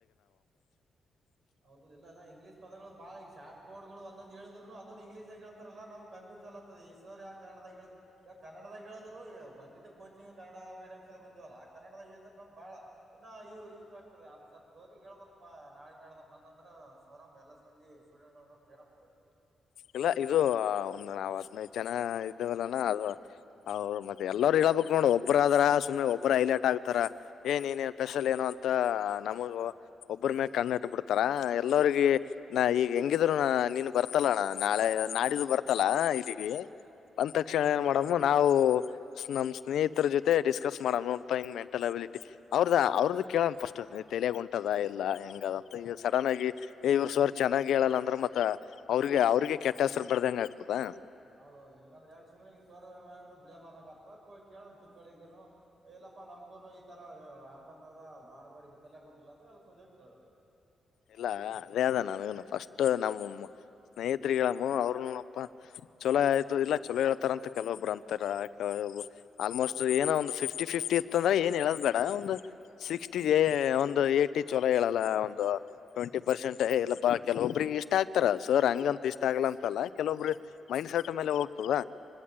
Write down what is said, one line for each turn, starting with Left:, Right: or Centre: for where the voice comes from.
Right: ಹೌದು ಇಲ್ಲ ಇಲ್ಲ ಇಂಗ್ಲಿಷ್ ಪದಗಳು ಬಾಳ ಈಗ ಶಾರ್ ಕೋಡ್ ಗಳು ಒಂದ ಒಂದ ಹೇಳಿದ್ರು ಅದನ್ನ ಇಂಗ್ಲೀಷಗ ಹೇಳತಾರಲ್ಲ ನಮಗ ಕನ್ಫೂಸನ್ ಈವ ಯ <unintelligible> ಕಾರಣದ ಹೇಳ ಈವಾಗ ಕನ್ನಡದಾಗ ಹೇಳಿದ್ರು ಈಗ ಬಂದಿದ್ದ ಕೋಚಿಂಗ್ ಕನ್ನಡ ಮೀಡಿಯಮ್ಸ್ ಅಎಲ್ಲಾ ಬಂದಿವಲ್ಲ ಆ ಕನ್ನಡದಾಗ ಹೇಳದ್ರ ನೋಡ್ ಬಾಳ ಇನ್ನ ಯೂಸ್ ಆಗ್ತದೆ ಅದು ಸರ್ ಸೋರಿ ಹೇಳ್ಬಬೇಕ ನಾಳೆ ನಾಡಿದ್ದು ಬಂದಂದ್ರೆ ಸ್ವರಮ್ ಎಲ್ಲ ಸಂದಿ ಸ್ಟೂಡೆಂಟ್ ಹೇಳಡಮ್ ಸೋರಿಗೆ <unintelligible>
Left: ಇಲ್ಲ ಇದು ಒಂದು ನಾವ್ ಹದಿನೈದು ಜನ ಇದ್ದೇವಲ್ಲಾನ ಅದು ಹೌದು ಮತ್ತೆ ಎಲ್ಲರು ಹೇಳ್ಬೇಕು ನೋಡ ಒಬ್ಬ್ರ ಆದ್ರ ಸುಮ್ಮನೆ ಒಬ್ಬರು ಹೈಲೈಟ್ ಆಗ್ತಾರ ಏನ್ ನೀನ್ ಸ್ಪೆಷಲ್ ಏನು ಅಂತ ನಮಗ ಒಬ್ಬ್ರ ಮೇಲ್ ಕಣ್ಣಿಟ್ಟು ಬಿಡ್ತಾರ ಎಲ್ಲರಿಗ ನಾ ಈಗ ಹೆಂಗಿದ್ರು ನೀನ್ ಬರ್ತಲ್ಲ ಅಣ್ಣ ನಾಳೆ ನಾಡಿದು ಬರ್ತಲ್ಲ ಇಲ್ಲಿಗೆ ಬಂದ ತಕ್ಷಣ
Right: ಹೌದೌದು
Left: ಏನ್ ಮಾಡಮ್ಮ ನಾವು ನಮ್ ಸ್ನೇಹಿತರ ಜೊತೆ ಡಿಸ್ಕಸ್ ಮಾಡ್ ನೋಡ್ತಾ ಹಿಂಗ್ ಮೆಂಟಲ್ ಅಬಿಲಿಟಿ ಅವ್ರದ ಅವ್ರದ ಕೇಳದ ಫಸ್ಟ್ ತಲೆಗೆ ಉಂಟದ ಇಲ್ಲ ಹೆಂಗದ ಈ ಸಡನ್ ಆಗಿ ಇವರು ಸರ್ ಚೆನ್ನಾಗಿ ಹೇಳಲ್ಲ ಅಂದ್ರೆ ಮತ್ತ ಅವ್ರಿಗೆ ಅವ ಅವರಿಗೆ ಕೆಟ್ಟ ಹೆಸರು ಬರ್ದ ಹೆಂಗ ಆಗ್ತದಾ
Right: ಹೌದೌದು ಇಲ್ಕಂದ್ರೆ ಯಕಕ್ುನೆ ಸೋರ್್ಯ ಬ್ಲೇಮ್ ಆದಂಗ ಆತ್ವ ಕೇಳಂ್ ಚುಕ್ಕಳಿಗನು <unintelligible> ಇಲ್ಲಪ್ಪಾ ನಮ್ಗೂನು ಈ ತರ ಅರ್ಧಂಬರ್ದ ಬಾರ ಬಾರಿ ತಲೆಗ ಹೊಂಟ್ಟಿಲ್ಲ ಅಂದ್ರ ಎಲ್ಲಂದೋಗ ಕೇಳಿಬೇಕು
Left: ಇಲ್ಲ ಅದೇ ಅದ ನನಗನು ಫಸ್ಟ್ ನಮ್ಮ ಸ್ನೇಹತ್ರಿಗಳಮ್ಮ ಅವ್ರನಪ್ಪ ಚೊಲೋ ಆಯ್ತು ಇಲ್ಲ ಚಲೋ ಹೇಳ್ತಾರಂತ ಕೆಲವೊಬ್ಬರು ಅಂತಾರ ಕೆ ಆಲ್ಮೋಸ್ಟ್ ಏನ ಒಂದು ಫಿಫ್ಟಿ ಫಿಫ್ಟಿ ಇತ್ತ ಅಂದ್ರೆ ಏನ್ ಹೇಳದ್ ಬೇಡ ಒಂದು ಸಿಕ್ಸ್ಟಿಗೆ ಒಂದು ಎಟಿ ಚಲೋ ಹೇಳಲ್ಲ ಒಂದು ಟ್ವೆಂಟಿ ಪರ್ಸೆಂಟ್ ಇಲ್ಲಪ್ಪಾ ಕೆಲವೊಬ್ಬ್ರಿಗೆ ಇಷ್ಟ ಆಗ್ತಾರ ಸರ್ ಹಂಗಂತ ಇಷ್ಟ ಆಗಿಲ್ಲ ಅಂತಲ್ಲ ಕೆಲೊಬ್ರು ಮೈಂಡ್ ಸೆಟ್ ಮೇಲೆ ಹೋಗ್ತದ